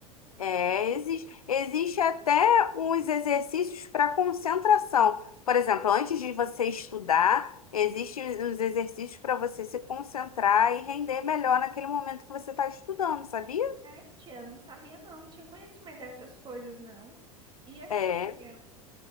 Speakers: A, on the left (about 75°); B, on the right (about 25°).
A: É, existe, existe até uns exercícios para concentração. Por exemplo, antes de você estudar, existem os exercícios para você se concentrar e render melhor naquele momento que você está estudando, sabia?
B: É, tia, eu não sabia não, não tinha conhecimento dessas coisas não. E assim,
A: É.
B: tia.